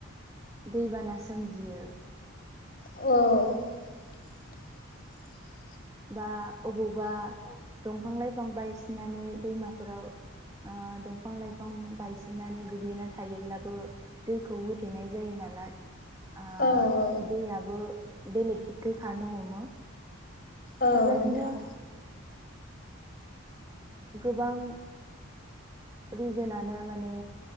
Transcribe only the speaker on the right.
दैबाना सोमजियो
बा अबावबा दंफां लाइफां बायसिनानै दैमाफोराव ओ दंफां- लाइफां बायसिननानै गोग्लैना थायोब्लाबो दैखौ होथेनाय जायो नालाय आ
दैयाबो बेलेग दिगै खारनो हमो
बेबायदिनो
गोबां रिजोनानो माने